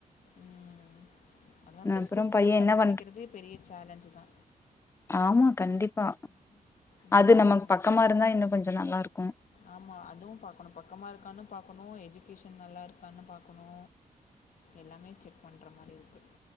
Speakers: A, on the left (about 65°); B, on the left (about 20°).
A: ம் அதா பெஸ்ட்டு
B: அப்புறோ
A: ஸ்கூல்
B: பைய
A: கண்டுபிடிக்கிறதே
B: என்ன பண்ற
A: பெரிய சேலஞ்சுதா
B: ஆமா கண்டிப்பா
A: ம்.
B: அது நமக்கு பக்கமா இருந்தா இன்னு கொஞ்சோ நல்லா இருக்கோ
A: ஆமா அதுவும் பாக்கணு பக்கமா இருக்கான்னு பாக்கணு எஜுகேஷன் நல்லா இருக்கான்னு பாக்கணு எல்லாமே செக் பண்றா மாரி இருக்கு